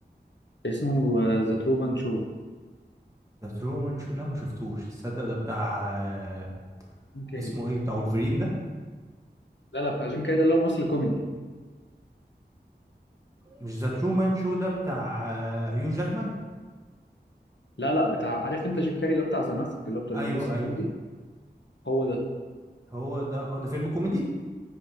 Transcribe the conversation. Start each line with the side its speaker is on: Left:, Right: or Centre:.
Left: اسمه ذا ترومان شو
Right: ذا ترومان شو لا ما شفتوش الصدق ده بتاع آه،
Left: جيم كاري
Right: اسمه ايه بتاع ولفرين ده
Left: لا لا بتاع جيم كاري ده اللي هو ممثل كوميدي
Right: مش ذا ترومان شو ده بتاع آه، هيو جاكمان
Left: لا لا بتاع عارف انت جيم كاري اللي هو بتاع ذا ماسك اللي هو بتاع
Right: ايوه
Left: الممثل
Right: ايوه
Left: الكوميدي هو ده
Right: هو ده اه ده فيلم كوميدي